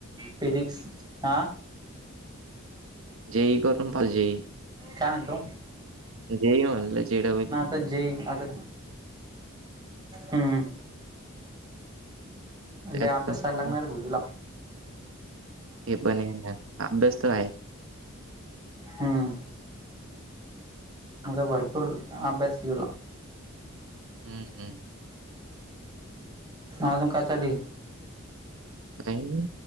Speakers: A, on the right; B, on the right.
A: फिजिक्स हा
B: जई करून पा जई
A: काय म्हणतो
B: ज आ जेडबली
A: तर जे आता हम्म
B: त्यात
A: अ अभ्यासालार
B: कसं
A: बुजला
B: हे पण अभ्यासत आहे
A: हम्म आता भरपूर अभ्यासिकला
B: हं, हं.
A: हजुम काय चाली
B: काही